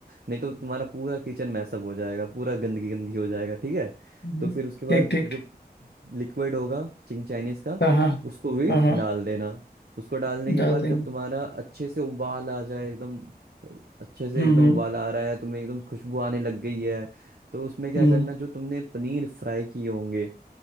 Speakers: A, on the right; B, on the left.
A: नहीं तो तुम्हारा पूरा किचन मैसअप हो जाएगा पूरा गंदगी गंदगी हो जाएगा ठीक है
B: हम्म,
A: तो फिर उसके बाद
B: ठीक ठीक
A: जो
B: ठीक
A: लिक्विड होगा चिंग चाइनीज का
B: हाँ हाँ
A: उसको भी
B: हाँ हाँ
A: डाल देना उसको डालने के
B: डाल
A: बाद
B: देंगे
A: जब तुम्हारा अच्छे से उबाल आ जाए एकदम अच्छे से
B: हम्म
A: एकदम
B: हम्म
A: उबाल आ रहा है तुम्हें एकदम खुशबू आने लग गई है तो उसमें क्या
B: हम्म,
A: करना जो तुमने पनीर फ्राई किए होंगे